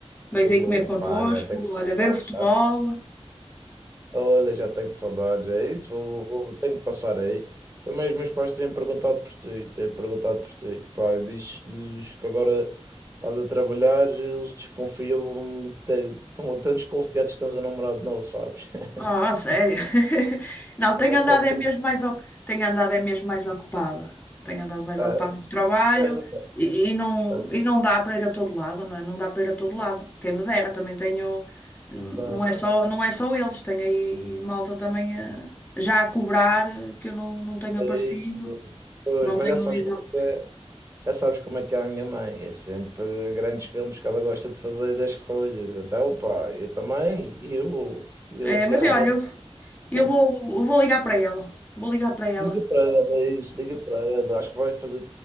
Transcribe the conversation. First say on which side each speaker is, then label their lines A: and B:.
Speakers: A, on the left; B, on the right.
A: Vens
B: Opa,
A: aí comer connosco,
B: já tenho que saudades,
A: olha, ver o futebol.
B: sabe? Olha, já tenho saudades, é isso, vou, vou- tenho que passar aí. Também os meus pais têm perguntado por ti, têm perguntado por ti. Pá, diz-lhes que agora estás a trabalhar, eles desconfiam, te- estão tão desconfiados que tens um namorado novo, sabes? <laughs>
A: Ah, a sério? <laughs> Não, tenho
B: Já sabes
A: andado é
B: como
A: mesmo mais, oc- tenho andado é mesmo mais ocupada. Tenho andado mais
B: é.
A: ocupada com o trabalho
B: É, é,
A: e, e não,
B: é,
A: e não dá para ir a todo lado, não é? Não dá para ir a todo lado. Quem me dera, também tenho, n-
B: é,
A: não é só, não é só eles, tenho aí malta também a já a cobrar eh, que eu não, não tenho
B: é,
A: aparecido,
B: é, é, é, é,
A: não
B: é, é, Mas
A: tenho
B: já sabes
A: ido.
B: como é. Já sabes como é que é a minha mãe, é sempre grandes filmes que ela gosta de fazer das coisas. Então, pá, eu também, eu, eu
A: É,
B: realmente
A: mas olha, eu, eu
B: não.
A: vou, eu vou ligar para ela. Vou ligar para ela.
B: Liga para ela, é isso, liga para ela, acho que vai fazer.